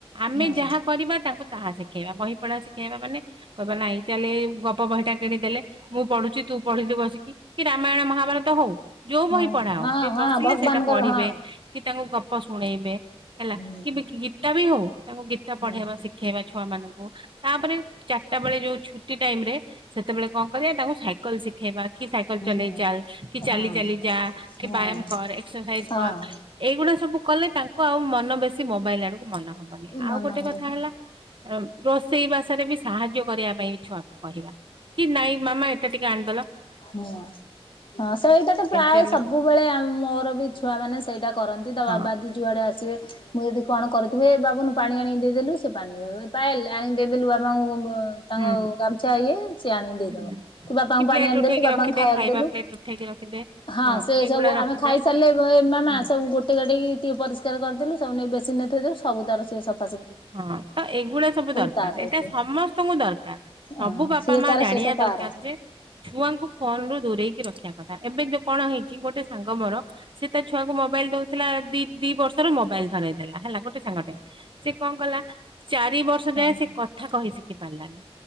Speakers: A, on the right (about 50°); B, on the left (about 55°).
A: ଆମେ
B: ହଁ
A: ଯାହା କରିବା ତାଙ୍କୁ ତାହା ଶିଖେ ଶିଖେଇବା ବହି ପଢା ଶିଖେଇବା ମାନେ କହିବା ନାଇଁ ଚାଲିଲେ ଗପ ବହି ଟା କିଣିଦେଲେ ମୁଁ ପଢୁଚି ତୁ ପଢିଲି ବସ କି ରାମାୟଣ ମହାଭାରତ ହୋଉ ଯୋଉ
B: ହଁ
A: ବହି ପଢା ହୋଉ
B: ହଁ ହଁ
A: ବସିଲେ
B: ଭଗବାନଙ୍କର
A: ସେଇଟା ପଢିବେ,
B: ହଁ।
A: କି ତାଙ୍କୁ ଗପ ଶୁଣେଇବେ ହେଲା
B: ହୁଁ
A: କି ଗୀତା ବି ହୋଉ। ତାଙ୍କୁ ଗୀତା ପଢ଼େଇବା
B: ହୁଁ
A: ଶିଖେଇବା ଛୁଆ ମାନଙ୍କୁ ତାପରେ ଚାରିଟା ବେଳେ ଯୋଉ ଛୁଟି ଟାଇମରେ ସେତେବେଳେ କଣ କରିବା ତାଙ୍କୁ ସାଇକେଲ ଶିଖେଇବା। କି ସାଇକେଲ
B: ହୁଁ
A: ଚଲେଇ ଚାଲ କି ଚାଲି
B: ହଁ
A: ଚାଲି ଯା କି
B: ହଁ
A: ବ୍ୟାୟାମ କର, ଏକ୍ସରସାଇଜ
B: ହଁ।
A: କର, ଏଇଗୁ ସବୁ କଲେ ତାଙ୍କୁ ଆଉ ମନ ବେଶୀ ମୋବାଇଲ୍ ଆଡକୁ ମନ ହବନି, ଆଉ
B: ମନ
A: ଗୋଟେ
B: ହବନି
A: କଥା ହେଲା ରୋଷେଇ ଭାଷାରେ ବି ସାହାଯ୍ୟ କରିବା ପାଇଁ। ଛୁଆକୁ କହିବା କି ନାଇଁ ମାମା ଏଇଟା ଟିକେ ଆଣିଲ।
B: ହଁ ହଁ ସେଇଟା ତ ପ୍ରାୟ
A: ଚାଲ
B: ସବୁବେଳେ ମୋର ବି ଛୁଆ ମାନେ ସେଇଟ କ ତା
A: ହଁ
B: ବାବା ଦି ଯୁଆଡେ ଆସିବେ ମୁଁ ଯଦି କଣ କରୁଥିବି ଏ ବାବୁନୁ ପାଣି ଆଣିକି ଦେଇଦେଲୁ। ତ ପାଣି ପାଏଲ୍ ଆଣିକି ଦେଇଦେଲୁ ବାବାଙ୍କୁ ତାଙ୍କ
A: ହୁଁ
B: ଗମୁ ଇଏ ସିଏ ଆଣି ଦେଇଦବ,
A: ହୁଁ
B: କି ବାପାଙ୍କୁ
A: ପ୍ଲେଟ
B: ପାଣି ଆଣିଦେଲୁ
A: ଉଠେଇକି
B: ବାପାଙ୍କୁ
A: ରଖିଦେ
B: ଖାଇବାକୁ
A: ଖାଇବା
B: ଦେଲୁ,
A: ପ୍ଲେଟ ଉଠେଇକି ରଖିଦେ
B: ହଁ। ସେ
A: କି ଏଗୁଡା
B: ସବୁ
A: ରଖିଦେ
B: ଆମେ ଖାଇସାରିଲେ ଏ ମାମା
A: ହୁଁ
B: ସବୁ ଗୋଟେ ଗାଟେକି ଟିକେ ପରିସ୍ ଚିକାର କରିଦେଲୁ ସୁବୁ ନେଇ ବେସିନ୍ ନେ ଥୋଇଦେଲୁ ସବୁ ତାର ସେ ସଫା
A: ହଁ ତ ଏଇଗୁଡା ସବୁ ଦରକାର
B: ତା ଦାୟିତ୍ୱ
A: ଏଇଟା ସମସ୍ତଙ୍କୁ ଦରକାର। ସବୁ
B: ହଁ
A: ବାପା
B: ସିଏ
A: ମା
B: ତାର
A: ଜାଣିବା
B: ସେଇଟା
A: ଦରକାର
B: ତାର
A: ଯେ ଛୁଆଙ୍କୁ ଫୋନ ରୁ ଦୂରେଇକି ରଖିବା କଥା ଏବେ ଦେଖ କଣ ହେଇଚି ଗୋଟେ ସାଙ୍ଗ ମୋର ସେ ତା ଛୁଆକୁ ମୋବାଇଲ ଦୋଉଥିଲା ଦି ଦି ବର୍ଷରୁ ମୋବାଇଲ ଧର ଦେଲା ହେଲା ଗୋଟେ ସାଙ୍ଗଟେ ସେ କଣ କଲା ଚାରି ବର୍ଷ
B: ପିଲା
A: ଯାଏ ସେ କଥା କହି ଶିଖି ପାରିଲାନି।